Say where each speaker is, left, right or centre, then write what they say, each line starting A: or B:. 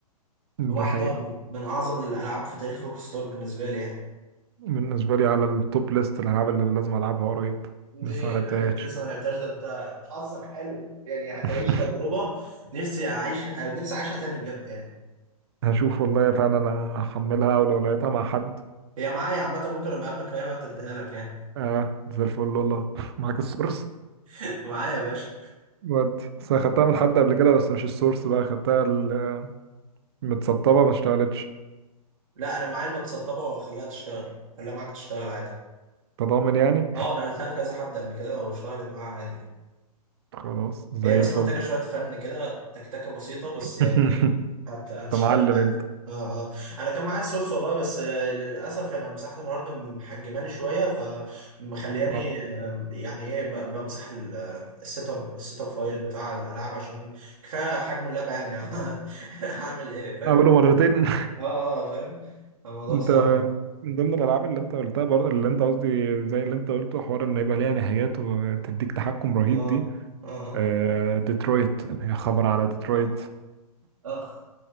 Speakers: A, on the right; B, on the right.
A: واحدة
B: دي حقيقة
A: من أعظم الألعاب في تاريخ روكستار بالنسبة لي يعني
B: بالنسبة لي على التوب ليست الالعاب اللي لازم العبها قريب
A: دي
B: لسه ما لعبتهاش
A: أنت لسه ما لعبتهاش ده أنت حظك حلو يعني هتعيش
B: <laughs>
A: تجربة نفسي أعيش آه، نفسي أعيشها تاني بجد يعني
B: هشوف والله فعلا انا هحملها ولو لقيتها مع حد
A: هي معايا عامة ممكن أبقى أقابلك في أي وقت أديها لك يعني
B: اه زي الفل والله <laughs> معاك السورس
A: <laughs> معايا يا باشا
B: ودي بس أنا خدتها من حد قبل كده بس مش السورس بقى خدتها ال- متسطبة ما اشتغلتش
A: لا انا معايا المتسطبه واخليها تشتغل خليها معاك تشتغل عادي
B: تضامن يعني
A: اه نقلتها لكذا حد قبل كده واشتغلت معاها عادي يعني
B: خلاص زي
A: هي بس
B: الفل
A: محتاجه شويه فن كده تكتكه بسيطه
B: <laughs>
A: بس يعني ايه هت... هتشتغل
B: انت معلم
A: عادي
B: انت
A: اه اه انا كان معايا السورس والله بس للاسف انا مساحه الهارد محجماني شويه فمخلياني
B: اه
A: آم، يعني ايه ب... بمسح ال- السيت اب السيت اب فايل بتاع الالعاب عشان كفايه حجم اللعبه يعني <laughs> هعمل ايه فاهم
B: اعمله مرتين
A: اه اه فاهم الموضوع
B: <laughs> انت
A: صعب يعني.
B: من ضمن الالعاب اللي انت قلتها بر... اللي انت قصدي زي اللي انت قلته حوار ان يبقى ليها نهايات وتديك تحكم رهيب
A: اه
B: دي
A: اه آه.
B: آه... ديترويت يا خبر على ديترويت
A: اخ اخ